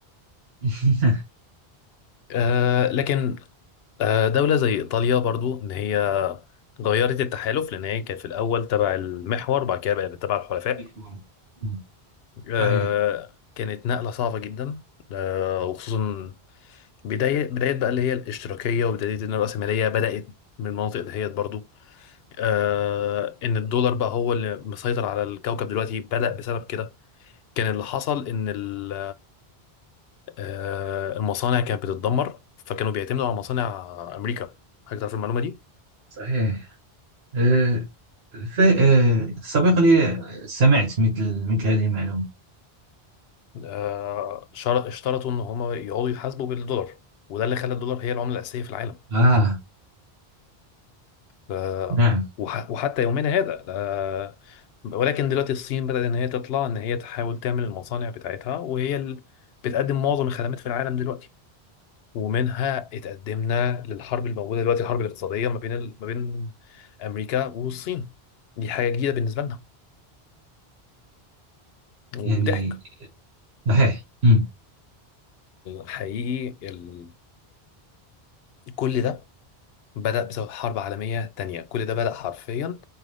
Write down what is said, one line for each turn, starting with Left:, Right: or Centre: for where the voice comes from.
Right: <laughs>
Left: آه لكن آه دولة زي إيطاليا برضو إن هي غيرت التحالف لأن هي كانت في الأول تبع المحور بعد كده بقت تبع الحلفاء
Right: محور. مم.
Left: آه
Right: صحيح
Left: كانت نقلة صعبة جدا آه وخصوصا بداية بداية بقى اللي هي الاشتراكية وبداية إن الرأسمالية بدأت من المناطق دهيت برضو آه إن الدولار بقى هو اللي مسيطر على الكوكب دلوقتي بدأ بسبب كده كان اللي حصل إن ال آه، المصانع كانت بتتدمر فكانوا بيعتمدوا على مصانع امريكا حضرتك تعرف المعلومه دي
Right: صحيح أه ف- أه سبق لي سمعت مثل مثل هذه المعلومة
Left: آه، شر- اشترطوا ان هم يقعدوا يحاسبوا بالدولار وده اللي خلى الدولار هي العمله الاساسيه في العالم
Right: آه
Left: آه،
Right: نعم
Left: وح- وحتى يومنا هذا آه، ولكن دلوقتي الصين بدأت ان هي تطلع ان هي تحاول تعمل المصانع بتاعتها وهي اللي بتقدم معظم الخدمات في العالم دلوقتي ومنها اتقدمنا للحرب الموجوده دلوقتي الحرب الاقتصاديه ما بين ال- ما بين امريكا والصين دي حاجه جديده بالنسبه لنا وضحك
Right: يعني صحيح أمم.
Left: حقيقي ال... كل ده بدأ بسبب حرب عالمية تانية كل ده بدأ حرفيا